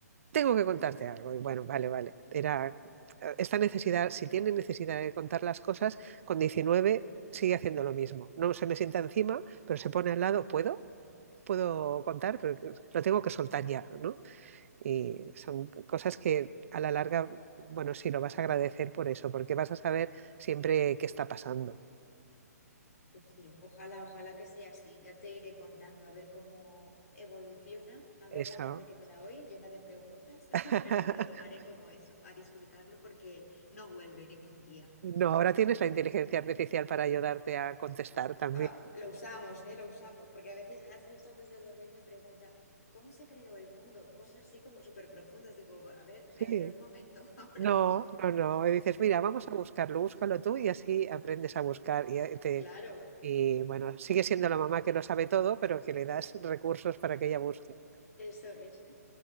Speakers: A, on the right (about 50°); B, on the left (about 65°).
A: tengo que contarte algo. Y bueno, vale, vale. Era esta necesidad, si tiene necesidad de contar las cosas, con 19 sigue haciendo lo mismo. No se me sienta encima, pero se pone al lado, ¿puedo? puedo contar, pero que- lo tengo que soltar ya, ¿no? Y son cosas que a la larga, bueno, sí, lo vas a agradecer por eso, porque vas a saber siempre qué está pasando.
B: Pues sí, ojalá, ojalá que sea así. Ya te iré contando a ver cómo evoluciona, a ver
A: Eso.
B: la tarde que me da hoy, llena de preguntas, <laughs>
A: <laughs>
B: pero me lo tomaré como eso, a disfrutarlo porque no vuelve ningún día.
A: No, ahora tienes la inteligencia artificial para ayudarte a contestar también.
B: Ah, lo usamos, ¿eh? Lo usamos, porque a veces ah, justo antes de dormir me pregunta, ¿cómo se creó el mundo? Cosas así como súper profundas. Digo, a ver,
A: Sí.
B: eh, no es momento <laughs> ahora
A: No,
B: mismo.
A: no, no. Y dices, mira, vamos a buscarlo, búscalo tú y así aprendes a buscar. Y, eh, te,
B: Claro,
A: y bueno, sigue siendo la mamá que lo sabe todo, pero que le das recursos para que ella busque.
B: eso es,